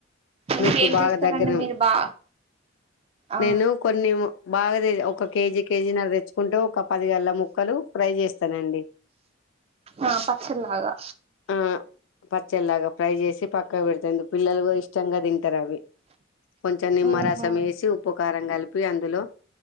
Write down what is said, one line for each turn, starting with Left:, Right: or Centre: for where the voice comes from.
Left: మీకు
Right: ఇంకేం
Left: బాగా
Right: చేస్తారండి
Left: దగ్గర
Right: మీరు బా ఆ
Left: నేను కొన్ని బాగా తె ఒక కేజీ కేజీ న్నర తెచ్చు కుంటే ఒక పది గళ్ల ముక్కలు ఫ్రై చేస్తానండి
Right: ఆ పచ్చల్లాగా
Left: ఆ పచ్చడిలాగా ఫ్రై చేసి పక్క పక్కకుపెడితేండి పిల్లలు బో ఇష్టంగా తి పేరు అవి కొంచెం నిమ్మరసం
Right: ఉహు
Left: వేసి ఉప్పు కారం కలిపి అందులో